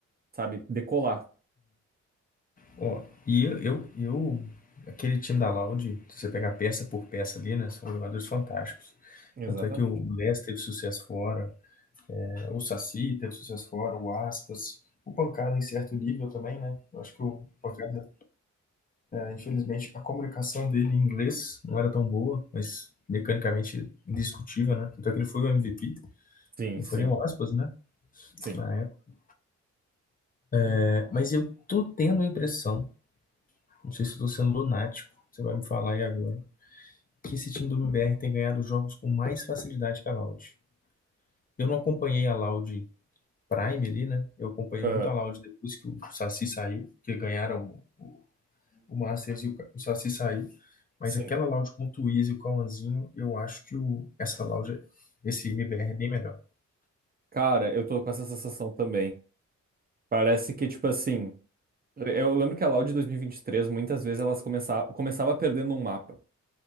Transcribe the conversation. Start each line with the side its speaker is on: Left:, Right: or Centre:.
Right: sabe, decolar.
Left: ó, e eu, eu, eu- aquele time da Laude, se você pegar peça por peça ali, né? São jogadores fantásticos.
Right: Exatamente.
Left: Tanto é que o Les teve sucesso fora, né, o Saci teve sucesso fora, o Aspas, o Pancada em certo nível também, né? Eu acho que o Pancada Infelizmente, a comunicação dele em inglês não era tão boa, mas mecanicamente indiscutível, né? Tanto é que ele foi o MVP,
Right: Sim,
Left: não
Right: sim,
Left: foi nem o aspas, né?
Right: sim.
Left: Na época. É, mas eu tô tendo a impressão, não sei se eu tô sendo lunático, você vai me falar aí agora, que esse time do MBR tem ganhado jogos com mais facilidade que a Loud. Eu não acompanhei a Loud Prime ali, né? Eu acompanhei
Right: Aham,
Left: muito a Loud depois que o Saci saiu, que ganharam o o Masters e o, Ca- o Saci sair, mas
Right: sim.
Left: aquela loud com o Twiz e o Cauãzinho, eu acho que o, essa loud, esse MBR é bem melhor.
Right: Cara, eu tô com essa sensação também. Parece que, tipo assim, eu lembro que a Loud de dois mil e e vinte e três muitas vezes elas começava, começava perdendo um mapa.